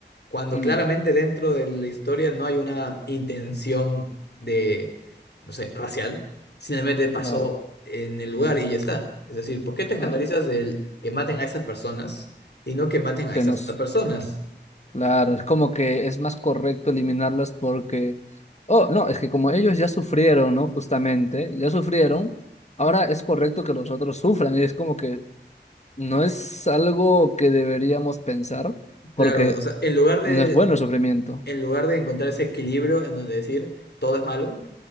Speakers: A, on the left; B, on the left.
A: cuando
B: Mm,
A: claramente dentro de la historia no hay una intención de, no sé, racial, simplemente pasó
B: claro,
A: en el lugar y ya está. Es decir, ¿por qué te
B: claro.
A: escandalizas del que maten a esas personas y no que maten a
B: Que
A: esas
B: nos,
A: otras personas?
B: claro, es como que es más correcto eliminarlas porque, oh, no, es que como ellos ya sufrieron, ¿no? Justamente, ya sufrieron, ahora es correcto que los otros sufran. Y es como que no es algo que deberíamos pensar
A: Claro,
B: porque
A: o sea, en lugar de,
B: no es bueno el sufrimiento.
A: en lugar de encontrar ese equilibrio en donde decir todo es malo,